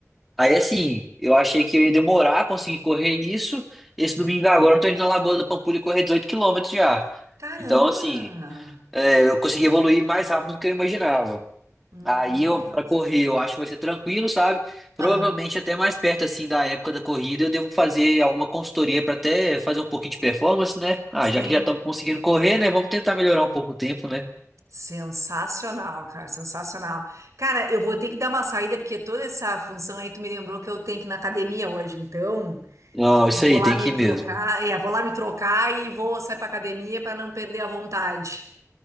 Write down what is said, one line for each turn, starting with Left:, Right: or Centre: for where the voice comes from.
Centre: Aí, assim, eu achei que eu ia demorar a conseguir correr isso. Esse domingo agora eu tô indo na Lagoa da Pampulha correr 18 quilômetros já.
Right: Caramba!
Centre: Então, assim, é, eu consegui evoluir mais rápido do que eu imaginava.
Right: Nossa.
Centre: Aí eu, pra correr, eu acho que vai ser tranquilo, sabe? Provavelmente
Right: Aham,
Centre: até mais perto, assim, da época da corrida, eu devo fazer alguma consultoria pra até fazer um pouquinho de performance, né? Ah,
Right: sim.
Centre: já que já estamos conseguindo correr, né? Vamos tentar melhorar um pouco o tempo, né?
Right: Sensacional, cara, sensacional. Cara, eu vou ter que dar uma saída porque toda essa função aí tu me lembrou que eu tenho que ir na academia hoje, então
Centre: Não,
Right: vou
Centre: isso aí,
Right: lá
Centre: tem
Right: me
Centre: que ir mesmo.
Right: trocar, é, vou lá me trocar e vou sair pra academia para não perder a vontade.